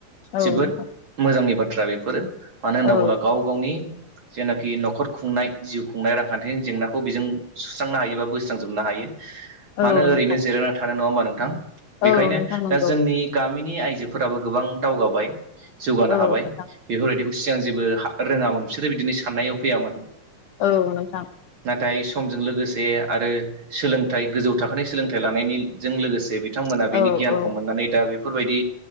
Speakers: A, on the left; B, on the right.
A: औ
B: जोबोद
A: नोंथां
B: मोजांनि बाथ्रा बाथ्रा बेफोरो मानो होनना
A: औ
B: बुङोब्ला गाव गावनि जेनाखि नखर खुंनाय जिउ खुंनाय रांखान्थिनि जेंनाखौ बेजों सुस्रांनो हायोबा बोस्रांजोबनो हायो
A: औ
B: मानो
A: नोंथां
B: ओरैनो जिरायना थानो नङा होमबा नोंथां बेखायनो
A: औ औ नोंथां औ नोंथां नंगौ
B: दा जोंनि गामि गामिनि आइजोफोराबो गोबां दावगाबाय जौगानो
A: औ
B: हाबाय
A: नोंथां
B: बेफोरबायदि बे सिगां जेबो रोङामोन बिसोरो बिदिनो साननायाव फैयामोन
A: औ नोंथां
B: नाथाय समजों लोगोसे आरो सोलोंथाइ गोजौ थाखोनि सोलोंथाइ लानायनिजों लोगोसे बे बिथांमोना बिनि
A: औ
B: गियानखौ
A: औ
B: मोननानै दा बेफोरबायदि